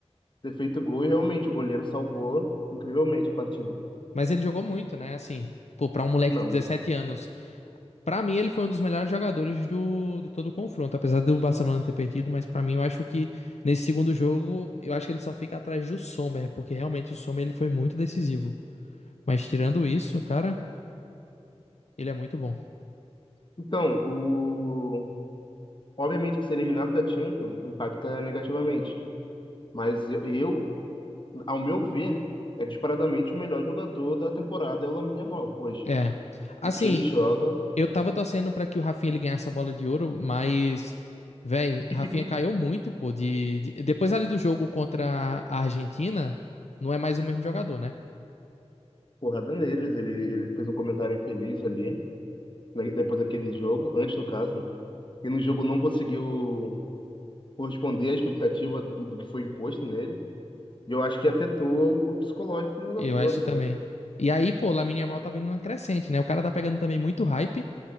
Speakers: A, on the left; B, on the left.
A: ter feito gol e realmente o goleiro salvou incrivelmente a partida.
B: Mas ele jogou muito, né? Assim, pô, pra um moleque
A: Não.
B: de 17 anos. Pra mim, ele foi um dos melhores jogadores do, de todo o confronto, apesar do Barcelona ter perdido, mas pra mim, eu acho que nesse segundo jogo, eu acho que ele só fica atrás do Sommer, porque realmente o Sommer ele foi muito decisivo. Mas tirando isso, cara, ele é muito bom.
A: Então, o... obviamente que ser eliminado da Champions impacta negativamente. Mas eu, Ao meu ver, é disparadamente o melhor jogador da temporada é o Lamine Yamal hoje.
B: É. Assim,
A: O que ele joga,
B: eu tava torcendo pra que o Rafinha ele ganhasse a bola de ouro, mas, véi,
A: <laughs>
B: Rafinha caiu muito, pô, de, de- depois ali do jogo contra a Argentina, não é mais o mesmo jogador, né?
A: porrada neles. Ele, ele fez um comentário infeliz ali, né, depois daquele jogo, antes no caso, né? E no jogo não conseguiu corresponder à expectativa do, do que foi imposto nele. E eu acho que afetou o psicológico do jogador.
B: Eu acho também.
A: Ele-
B: E aí, pô, o Lamine Yamal tá vindo numa crescente, né? O cara tá pegando também muito hype.